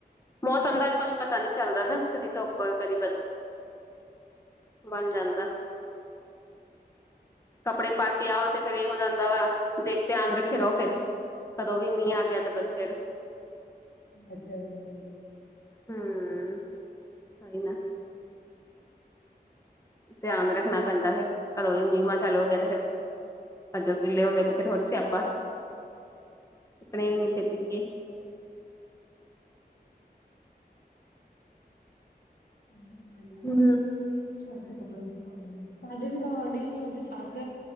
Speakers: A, on the left (about 20°); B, on the left (about 75°).
A: ਮੌਸਮ ਦਾ ਵੀ ਕੁੱਛ ਪਤਾ ਨੀ ਚੱਲਦਾ ਨਾ ਕਦੀ ਧੁੱਪ ਕਦੀ ਬਣ ਜਾਂਦਾ।
B: <inaudible>
A: ਕੱਪੜੇ ਪਾ ਕੇ ਆਓ ਤੇ ਫੇਰ ਇਹ ਹੋ ਜਾਂਦਾ ਵਾ। ਦੇਖ ਧਿਆਨ ਰੱਖੇ ਰਹੋ ਫੇਰ ਕਦੋਂ ਵੀ ਮੀਂਹ ਆ ਗਿਆ ਤੇ ਬਸ ਫੇਰ
B: ਅੱ ਚਾ ਹ।
A: ਹਮ। ਆਏ ਨਾ। ਧਿਆਨ ਰੱਖਣਾ ਪੈਂਦਾ ਫੇਰ। ਕਦੋਂ ਵੀ ਮੀਹ- ਮਾਂ ਚੱਲ ਹੋ ਗਿਆ ਤੇ ਫਿਰ ਪਰ ਜੋ ਗਿੱਲੇ ਹੋ ਗਏ ਤੇ ਫੇਰ ਹੋਰ ਸਿਆਪਾ। ਸੁੱਕਣੇ ਵੀ ਨੀ ਛੇਤੀ ਕਿ
B: ਹਮ
A: ਹਮ।
B: ਛੱਤ ਤੇ ਕੱਪੜੇ। ਤੇ ਸਾਡੇ ਵੀ ਤੇ ਪਾਉਣ ਡਈ ਉਹਦੀ ਸੱਸ